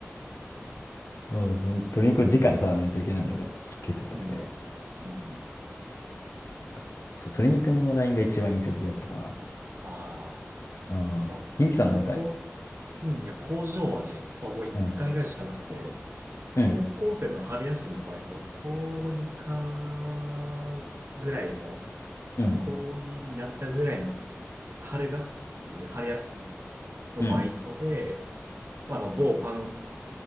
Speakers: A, on the left; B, on the right.
A: そう、その鶏肉を直に触らないといけないのがすっげえ冷たくて、
B: うん。うん。
A: なんか、そう、鶏肉のラインが一番印象的だったか
B: ああ。
A: な。うん。
B: まあ、僕もこ
A: ゆうきさんなんか、
B: う、うん、いや、工場はね、まあ、もう一回ぐらいしかなくて、
A: うん。うん。
B: 高校生の春休みの場合ト、高2かぐらいの、
A: うん。
B: 高2になったぐらいの春学期で、春休みのバイトで、
A: うん。
B: まあ、あの、某パン、